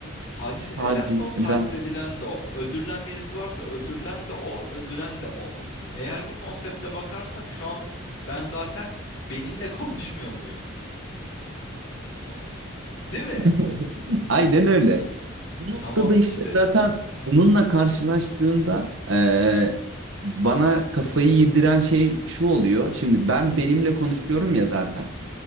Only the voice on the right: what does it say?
Taciz
eden.
<laughs> Aynen öyle. Bu noktada
işte
zaten bununla karşılaştığımda eee, bana kafayı yediren şey şu oluyor. Şimdi ben benimle konuşuyorum ya zaten.